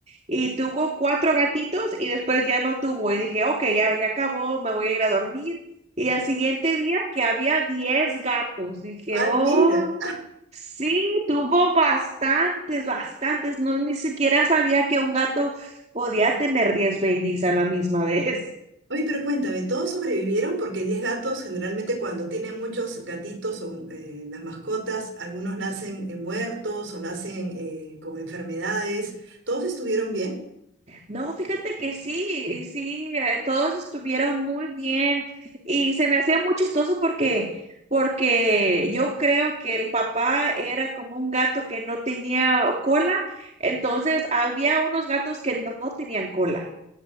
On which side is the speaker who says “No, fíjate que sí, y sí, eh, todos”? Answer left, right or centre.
Right